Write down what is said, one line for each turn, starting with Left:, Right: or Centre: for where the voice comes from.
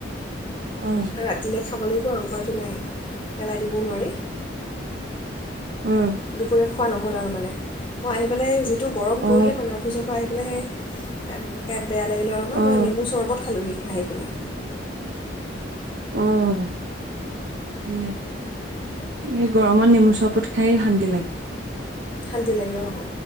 Right: অ'।
Left: ৰাতিলে খাব লাগি <unintelligible> উপায়টো নাই। পেলাই দিবও নোৱাৰি।
Right: অ
Left: দুপৰীয়া খোৱা নহ'ল আৰু মানে, মই আহি পেলাই যিট <unintelligible> গৰম
Right: অ
Left: পৰিলে মানে, অফিচৰ পৰা আহি পেলাইহে <unintelligible> বেয়া লাগিলে অলপমান,
Right: অ
Left: মই নেমু চৰবত খালোহি। আহি পেলাই।
Right: উম। এ এই গ গৰমত নেমু চৰপত খাই শান্তি লাগ
Left: শান্তি লাগে অ', ন'।